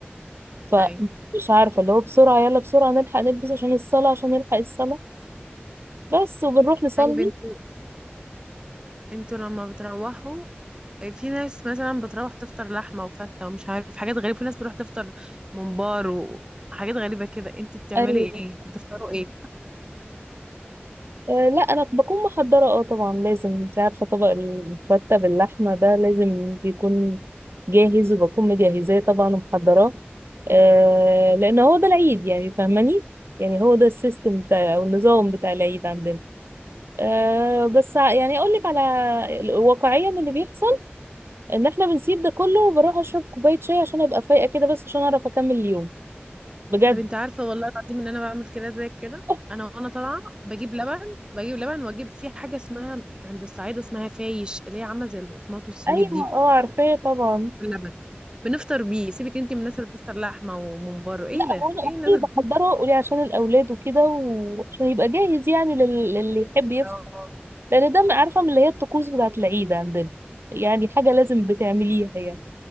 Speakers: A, on the right; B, on the right.
A: فمش
B: ايوه
A: عارفة اللي هو بسرعة يلا بسرعة نلحق نلبس عشان الصلاة عشان نلحق الصلاة بس وبنروح نصلي
B: طيب انتوا انتوا لما بتروحوا آه، في ناس مثلا بتروح تفطر لحمة وفتة ومش عارف حاجات غريبة في ناس بتروح تفطر ممبار وحاجات غريبة كده انت بتعملي
A: ايوه
B: ايه بتفطروا ايه
A: أه لا انا بكون محضره اه طبعا لازم انت عارفه طبق الفته باللحمه ده لازم بيكون جاهز وبكون مجهزاه طبعا ومحضراه أه لان هو ده العيد يعني فاهماني يعني هو ده السيستم بتاع او النظام بتاع العيد عندنا أه بس ع- يعني اقول لك على ال- واقعيا اللي بيحصل ان احنا بنسيب ده كله وبروح اشرب كوبايه شاي عشان ابقى فايقه كده بس عشان اعرف اكمل اليوم بجد
B: طب انت عارفة والله العظيم ان انا بعمل كده زي كده
A: <laughs>
B: انا وانا طالعة بجيب لبن بجيب لبن واجيب في حاجة اسمها عند الصعيد اسمها فايش اللي هي عاملة زي البقسماط والسميد
A: ايوه
B: دي
A: اه عارفاه طبعا
B: باللبن بنفطر بيه سيبك انت من الناس اللي بتفطر لحمه وممبار ايه
A: لا هو
B: ده
A: انا
B: ايه
A: اوكي
B: الناس اللي-
A: بحضره قولي عشان الاولاد وكده وعشان يبقى جاهز يعني لل- للي يحب يفطر
B: اه
A: لان ده عارفه من اللي هي الطقوس بتاعه العيد عندنا يعني حاجه لازم بتعمليها يعني